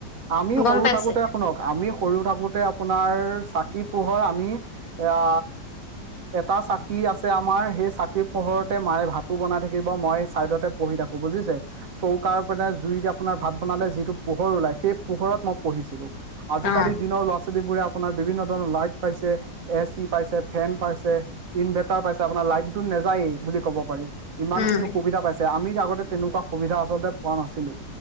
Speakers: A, on the right (about 65°); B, on the left (about 55°).
A: আমি
B: গম
A: সৰু
B: পাইছে
A: থাকোতে শুনক আমি কৰিও থাকোতে আপোনাৰ চাকি পোহৰ আমি আ, এটা চাকি আছে আমাৰ সেই চাকি পোহৰতে মায় ভাতো বনাই থাকিব, মই চাইডতে পঢ়ি থাকো বুজিছে চৌকাৰ মানে জুই দি আপোনাৰ ভাত বনালে যিটো পোহৰ ওলাই। সেই পোহৰত মই পঢ়িছিলো, আজিকালি
B: অ
A: দিনৰ ল'ৰা ছোৱালীবোৰে আপোনাৰ বিভিন্ন ধৰণৰ লাইট পাইছে, এ চি পাইছে, ফেন পাইছে। ইনভাৰ্টাৰ পাইছে আপোনাৰ লাইনটো নাযায়েই বুলি কব পাৰি। ইমান
B: উম
A: খিনি সুবিধা পাইছে আমি আগতে তেনেকুৱা সুবিধা আচলতে পোৱা নাছিলো।